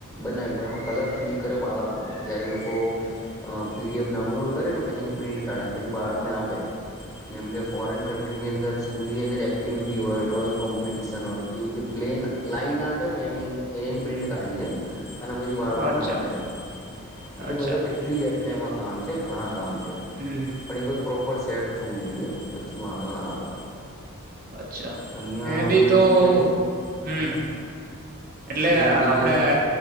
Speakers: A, on the left; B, on the right.
A: બનાવી પણ એમાં કલર ફિલ કરે બાળકો જ્યારે લોકો પીડીએફ ડાઉનલોડ કરે ને પછી એની પ્રિન્ટ કાઢે એમ પછી બાળક આપે જેમ કે ફોરીન કન્ટ્રીની અંદર સ્કૂલની અંદર એક્ટિવિટી હોય ડ્રોઈંગ કોમ્પિટિશન હોય તે જે પ્લેન લાાઈન આર્ટ હોયને એની એ પ્રિન્ટ કાઢી દે અને પછી બાળકોને
B: અચ્છા
A: આપે એમ એટલે
B: અચ્છા
A: બધા કેટલી જ એમાં કામ છે ઘણા કામ છે
B: હમ
A: પણ એ પ્રોપર સેટ થવું જોઈએ પછી વાંધો ના આવે
B: અચ્છા
A: અહીંયા
B: મેં
A: હું
B: ભી તો
A: એક જગ્યાએ જ
B: હમ
A: હા
B: એટલે
A: અહીંયા
B: આપડે
A: એક જગ્યા હું